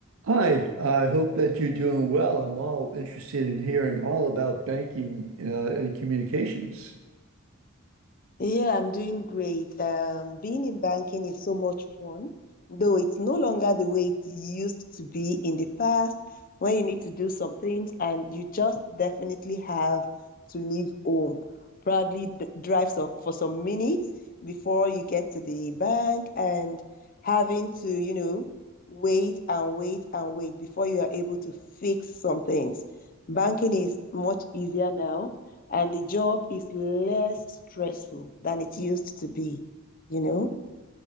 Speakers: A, on the right; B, on the left.
A: Hi, I hope that you're doing well. I'm all interested in hearing all about banking uh, and communications.
B: Yeah, I'm doing great. Um, being in banking is so much fun, though it's no longer the way it used to be in the past, when you need to do some things and you just definitely have to leave home. Probably d drive so for some minutes before you get to the bank and having to, you know, wait and wait and wait before you are able to fix some things. Banking is much easier now and the job is less stressful than it used to be, you know?